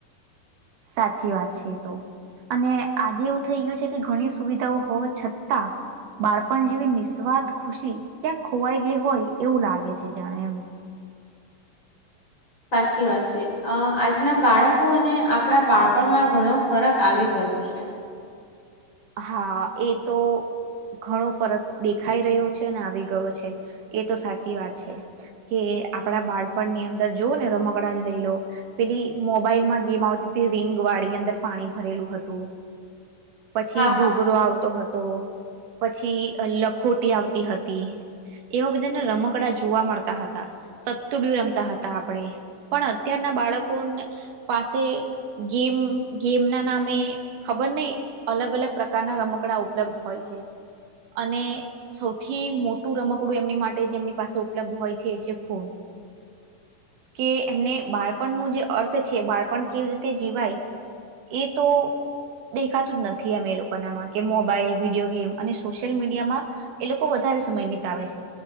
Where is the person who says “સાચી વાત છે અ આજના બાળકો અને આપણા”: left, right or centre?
Left